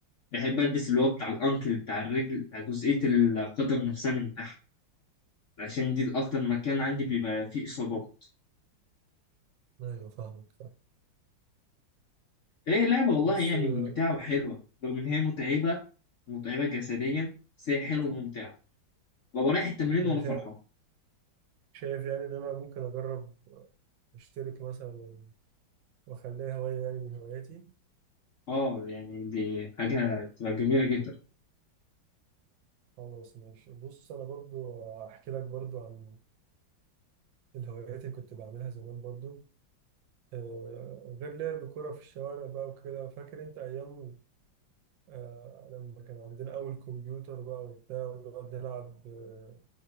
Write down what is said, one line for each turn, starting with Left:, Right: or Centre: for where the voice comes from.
Left: بحب البس اللي هو بتاع الانكل بتاع الرجل بتاع جزئية القدم نفسها من تحت عشان دي الاكتر مكان عندي بيبقى فيه اصابات
Right: ايوه فاهمك فاهم
Left: هي لعبة والله
Right: بص
Left: يعني
Right: آه،
Left: ممتعة وحلوة رغم ان هي متعبة متعبة جسديا بس هي حلوة وممتعة ببقى رايح التمرين
Right: أنا
Left: وانا
Right: شايف
Left: فرحان
Right: شايف يعني ان انا ممكن اجرب اشترك مثلا واخليها هواية يعني من هواياتي
Left: اه يعني دي حاجة تبقى جميلة جدا
Right: خلاص ماشي بص انا برضو احكي لك برضو عن الهوايات اللي كنت بعملها زمان برضو آه، غير لعب كرة في الشوارع بقى وكده فاكر انت ايام آه، لما كان عندنا أول كمبيوتر بقى وبتاع ونقعد نلعب آه،